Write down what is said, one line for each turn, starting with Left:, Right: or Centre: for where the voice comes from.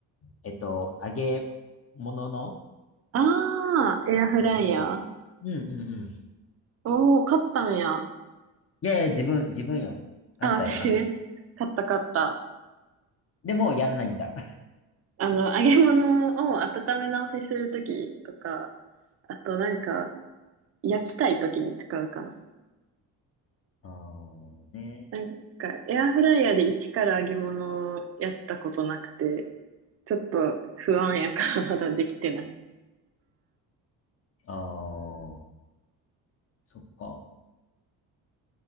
Left: えっと、揚げ物の、
Right: ああー、エアフライヤー
Left: ね、勝ったって。うんうんうん。
Right: おー、買ったんや。あ、
Left: いやいや、自分、自分よ。あんたよ。
Right: 私ね。
Left: あん、
Right: 買った買った。
Left: でも、やんないんだ。
Right: あの、揚げ物を温め直しするときとか、あとなんか、焼きたいときに使うかな。
Left: <laughs> あーね。
Right: なんか、エアフライヤーで一から揚げ物をやったことなくて、ちょっと不安やからまだできてない。
Left: あー、そっか。